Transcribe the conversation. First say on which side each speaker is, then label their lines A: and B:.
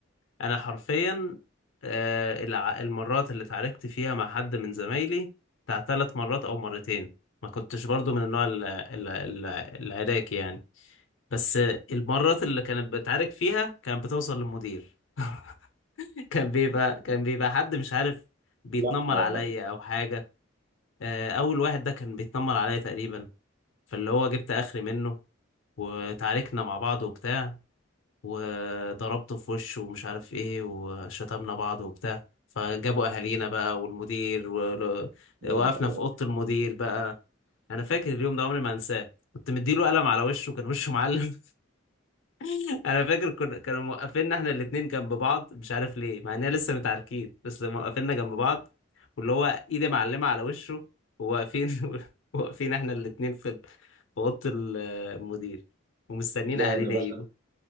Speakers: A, on the left (about 70°); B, on the right (about 40°).
A: انا حرفيا آه، الع- المرات اللي اتعاركت فيها مع حد من زمايلي بتاع ثلاث مرات او مرتين ما كنتش برضو من النوع ال- ال- ال- العراكي يعني بس المرات اللي كانت بتعارك فيها كانت بتوصل للمدير <laughs> كان بيبقى كان بيبقى حد مش عارف بيتنمر
B: لا آه،
A: عليا
B: والله
A: او حاجة آه، اول واحد ده كان بيتنمر عليا تقريبا فاللي هو جبت اخري منه وتعاركنا مع بعض وبتاع وضربته في وشه ومش عارف ايه وشتمنا بعض وبتاع فجابوا اهالينا بقى والمدير ووقفنا
B: يا نهار أبيض.
A: في اوضه المدير بقى انا فاكر اليوم ده عمري ما انساه كنت مديله قلم على وشه كان وشه معلم <laughs> انا فاكر كنا كانوا موقفيننا احنا الاتنين جنب بعض مش عارف ليه مع اننا لسه متعاركين بس موقفيننا جنب بعض واللي هو ايدي معلمه على وشه وواقفين <laughs> واقفين احنا الاتنين في في اوضه المدير ومستنيين
B: لا
A: اهالينا
B: انا بقى
A: يجوا